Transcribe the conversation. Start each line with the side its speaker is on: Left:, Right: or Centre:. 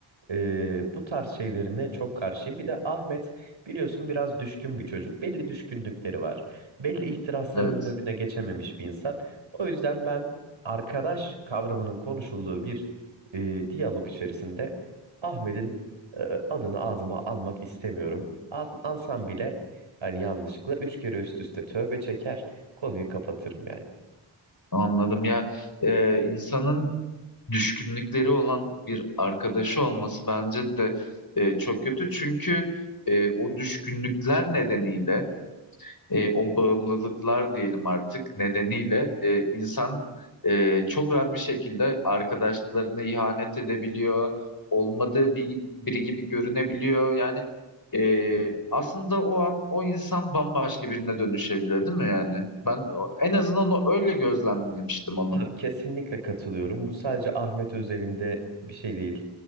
Right: e, bu tarz şeylerine çok karşıyım. Bir de Ahmet biliyorsun biraz düşkün bir çocuk. Belli düşkünlükleri var. Belli ihtiraslarının
Left: Evet.
Right: önüne geçememiş bir insan. O yüzden ben arkadaş kavramının konuşulduğu bir e, diyalog içerisinde Ahmet'in e, adını ağzıma almak istemiyorum. An- Ansam bile hani yanlışlıkla üç kere üst üste tövbe çeker. Konuyu kapatırım yani.
Left: Anladım ya. E, insanın düşkünlükleri olan bir arkadaşı olması bence de e, çok kötü. Çünkü e, o düşkünlükler nedeniyle e, o bağımlılıklar diyelim artık nedeniyle e, insan e, çok rahat bir şekilde arkadaşlarına ihanet edebiliyor, olmadığı bir, biri gibi görünebiliyor. Yani e, aslında o an o insan bambaşka birine dönüşebilir, değil mi yani? Ben o- en azından o, öyle gözlemlemiştim onu.
Right: Tabii, Kesinlikle katılıyorum. Bu sadece Ahmet özelinde bir şey değil.